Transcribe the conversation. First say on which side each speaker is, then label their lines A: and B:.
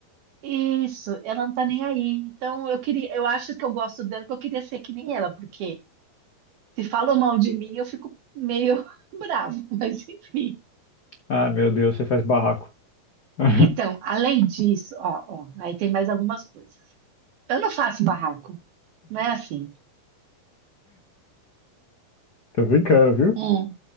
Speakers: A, on the right (about 75°); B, on the left (about 65°).
A: isso, ela não tá nem aí. Então, eu queria, eu acho que eu gosto dela porque eu queria ser que nem ela, porque se falam mal de mim, eu fico meio <laughs> bravo, mas enfim.
B: Ah, meu Deus, você faz barraco. <laughs>
A: Então, além disso, ó, ó, aí tem mais algumas coisas. Eu não faço barraco, não é assim.
B: Tô brincando, viu?
A: Hum,